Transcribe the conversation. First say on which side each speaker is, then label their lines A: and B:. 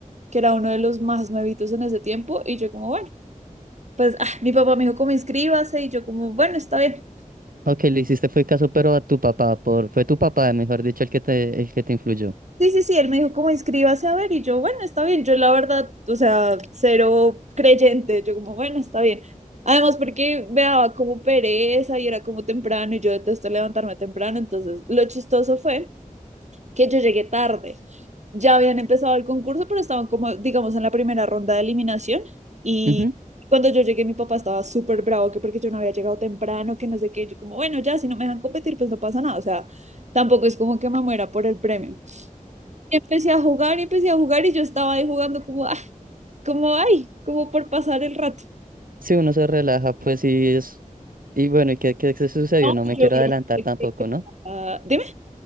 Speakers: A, on the right; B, on the right.
A: que era uno de los más nuevitos en ese tiempo y yo como, bueno, pues ah, mi papá me dijo como inscríbase y yo como, bueno, está bien.
B: Ok, le hiciste fue caso, pero a tu papá, por, fue tu papá, mejor dicho, el que te, el que te influyó.
A: Sí, sí, sí, él me dijo como inscríbase a ver y yo, bueno, está bien, yo la verdad, o sea, cero creyente, yo como, bueno, está bien. Además porque me daba como pereza y era como temprano y yo detesto levantarme temprano, entonces lo chistoso fue que yo llegué tarde. Ya habían empezado el concurso, pero estaban como, digamos, en la primera ronda de eliminación y
B: Ujú.
A: cuando yo llegué mi papá estaba súper bravo que porque yo no había llegado temprano, que no sé qué, yo como, bueno, ya, si no me dejan competir, pues no pasa nada, o sea, tampoco es como que me muera por el premio. Y empecé a jugar y empecé a jugar y yo estaba ahí jugando como, ah, como, ay, como por pasar el rato.
B: Si uno se relaja, pues sí es. Y bueno, ¿y qué, qué se sucedió?
A: No,
B: No me
A: yo
B: quiero
A: no
B: adelantar
A: sé
B: tampoco,
A: qué estaba-
B: ¿no?
A: dime.